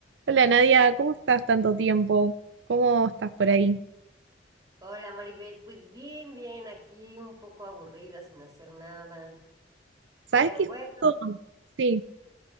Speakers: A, on the right (about 80°); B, on the right (about 20°).
A: Hola Nadia, ¿cómo estás tanto tiempo? ¿Cómo estás por ahí?
B: Hola Maribel, pues bien, bien, aquí un poco aburrida, sin hacer nada,
A: ¿Sabes
B: pero
A: qué?
B: bueno,
A: Justo- Sí,